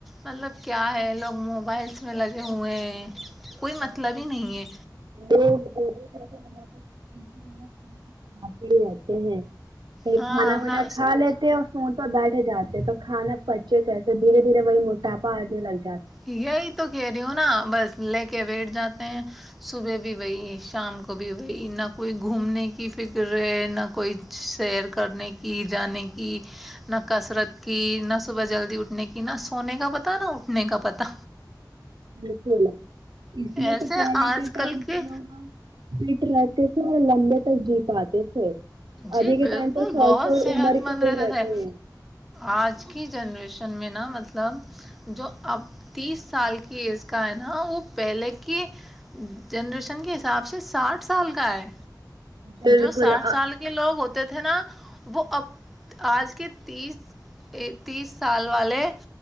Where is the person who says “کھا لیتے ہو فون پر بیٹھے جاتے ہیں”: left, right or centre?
Right